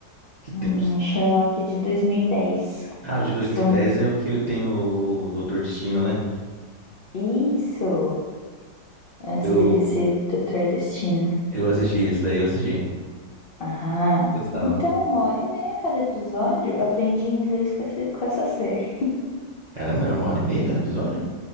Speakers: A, on the right; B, on the left.
A: Que
B: Hum,
A: tem uns.
B: Sherlock de 2010.
A: Ah, o de dois
B: São-
A: mil e dez é o que tem o Doutor Destino, né?
B: Isso! Antes
A: Eu,
B: dele ser Doutor Destino.
A: eu assisti, esse daí eu assisti.
B: Ah,
A: Gostava.
B: então uma hora e meia cada episódio. Aprendi inglês com essa, com essa série.
A: Caramba, era uma hora e meia cada episódio?